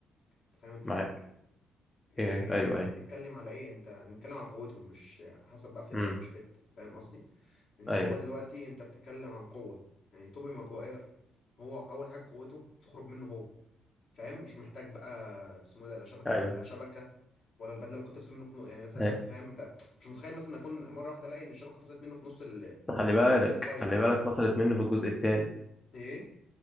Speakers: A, on the left; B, on the left.
A: انت فاهم الفكره
B: معاك
A: انك
B: إيه
A: ايه
B: أيوه
A: انت
B: أيوه
A: بتتكلم على ايه انت بنتكلم على قوتهم مش حسب بقى فت
B: أمم،
A: او مش فت فاهم قصدي ان
B: أيوه
A: هو دلوقتي انت بتتكلم عن قوه يعني توبي ماجواير هو اول حاجه قوته تخرج منه هو فاهم مش محتاج بقى اسمه إيه ده لا شبكه
B: أيوه
A: ع- لا شبكه ولا البدله ممكن تفصل منه في نص يعني مثلا
B: أيوه
A: فاهم انت مش متخيل مثلا اكون مره واحده الاقي ان الشبكه فصلت منه في نص ال...
B: بس خلي بالك
A: نص الفايت
B: خلي بالك فصلت منه في الجزء التاني
A: ايه